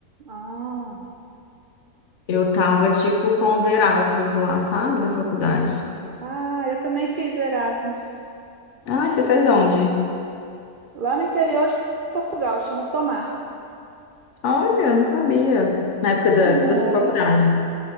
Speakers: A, on the right; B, on the left.
A: Ah,
B: Eu tava, tipo, com os Erasmus lá, sabe, da faculdade.
A: ah, eu também fiz Erasmus.
B: Ah, você fez onde?
A: Lá no interior de Portugal, chama Tomar.
B: Olha, eu não sabia. Na época da,
A: Tomar.
B: da sua faculdade.